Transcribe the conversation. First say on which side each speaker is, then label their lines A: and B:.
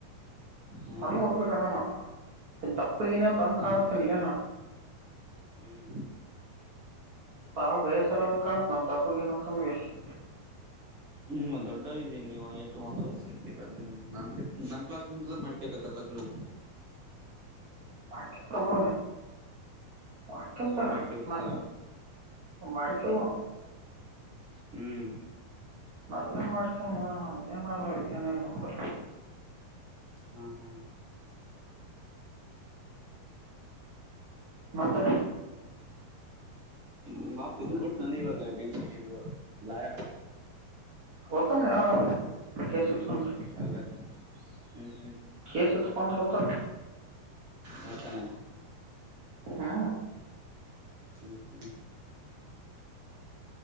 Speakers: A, on the right; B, on the right.
A: ಹ್ಮ್
B: ಸಣ್ಣ ಒಡುಕರಣ್ಣಣ ತಪ್ಪಿಗೆಏನ ತಂಗ್
A: ಅಣ್ಣ
B: ಕಾಣತ್ತನಲ್ಲಣ
A: ಹ್ಮ್
B: ಅವಳ ಬೇಸರ ಕಾಣ್ತ್ ನನ್ ತಪ್ಪಗ ಏನ ಅಂತಂದ ಎಷ್ಟು
A: ಹ್ಮ್ ದೊಡ್ಡ ಇದೀ ನೀವು ಒಂದ ವರ್ಷ ಇದ್ದಿಲ್ಲ ನಮ ನಮ್ಮ ಕ್ಲಾಸ್ಟ್ ಮಾಡ್ಕಕತ್ತಲ್ಲ ಲಗನ
B: ಬಕಿ ತರ ಬರ ಮಾಡಿಕಂತಾರ
A: ನೀ ಮಾಡ್ಕೇಬೇಕಪ್ಪಾ
B: ನ ಮಾಡಿಕಲ್ಲ ನ
A: ಹ್ಮ್
B: ನಲ್ಲ ಮಾಡಾರ್ಕ ಮಾಡ ನ ಎ ಮಾಡಭಾಗಿ ಎನ ನ
A: ಹಾ ಹಾ
B: ಮತ್ತ
A: ನಿಮ್ಮಪ್ಪ ಇದು ಬಿಟ್ಟನ ಇವಾಗ ಡ್ಯೂಟಿ ಲಾಯರ್
B: ಹೊತ್ತನ್ ಯ ಕೆಸಿ ತಂದ
A: ಯಾವಾಗ ಹ್ಮ್
B: ಕೆಸಿ ತಪಾಂದ್ರ ಹತಾರ
A: ಮತ್ತನ
B: ಹಾ
A: ಹ್ಮ್ ಹ್ಮ್